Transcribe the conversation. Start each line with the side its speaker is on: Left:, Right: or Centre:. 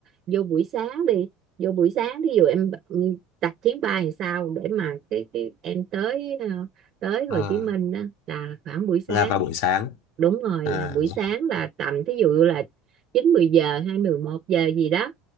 Right: vô buổi sáng đi vô buổi sáng thí dụ em ừ, đặt chuyến bay làm sao để mà cái cái em tới ờ, tới Hồ
Left: Ờ,
Right: Chí Minh á, là khoảng buổi sáng
Left: là vào buổi sáng
Right: đúng rồi
Left: à,
Right: nhà buổi
Left: rồi.
Right: sáng là tầm thí dụ là chín mười giờ hai mười một giờ gì đó